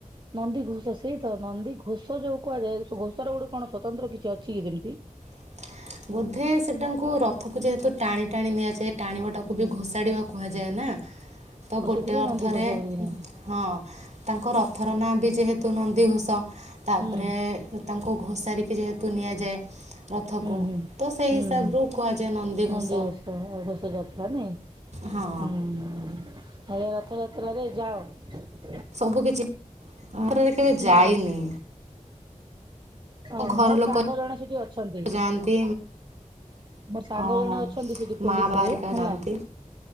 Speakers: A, on the right (about 35°); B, on the right (about 60°).
A: ନନ୍ଦୀଘୋଷ ସେଇ ତ ନନ୍ଦୀ ଘୋଷ ଯୋଉ କୁହାଯାଏ, ଘୋଷର ଗୋଟେ କଣ ସଵତନ୍ତ୍ର କିଛି ଅଛି କି ଯେମିତି?
B: <inaudible> ବୋଧେ ସେଟାଙ୍କୁ ରଥକୁ ଯେହେତୁ ଟାଣି ଟାଣି ନିଆଯାଏ, ଟାଣିବ ଟାକୁ ବି ଘୋଷାଡିବା କୁହାଯାଏ ନା। ତ
A: ଓ
B: ଗୋଟେ
A: ସେଥିପାଇଁ
B: ଅର୍ଥରେ,
A: ନନ୍ଦୀ ଘୋଷ ବୋଲିକି ନାଁ ଦିଆ
B: ହଁ ତାଙ୍କ ରଥର ନାଁ ବି ଯେହେତୁ ନନ୍ଦୀଘୋଷ ତାପରେ
A: ହଁ ହୁଁ
B: ତାଙ୍କୁ ଘୋଷାରିକି ଯେହେତୁ ନିଆଯାଏ ରଥକୁ
A: ହୁଁ ହୁଁ ହୁଁ
B: ତ ସେଇ ହିସାବରୁ କୁହାଯାଏ ନନ୍ଦିଘୋଷ
A: ନନ୍ଦୀ ଘୋଷ ଘୋଷ ଯାତ୍ରା ନାଇ
B: ହଁ
A: ହୁଁ ତାଳେ ରଥଯାତ୍ରାରେ ଯାଅ?
B: ସବୁ କିଛି ଆରେ କେବେ
A: ନା
B: ଯାଇନି।
A: ର ହଁ
B: ମୋ ଘର
A: ମୋର
B: ଲୋକ
A: ସାଙ୍ଗ ଜଣେ ସେଠି ଅଛନ୍ତି।
B: ଯାଆନ୍ତି
A: ମୋର ସାଙ୍ଗ
B: ଓହୋ
A: ଜଣ ଅଛନ୍ତି, ସେଠି ପୋଲିସ
B: ମା ବାବା
A: ରେ
B: ହେରିକା
A: ହେଲା
B: ଯାଆନ୍ତି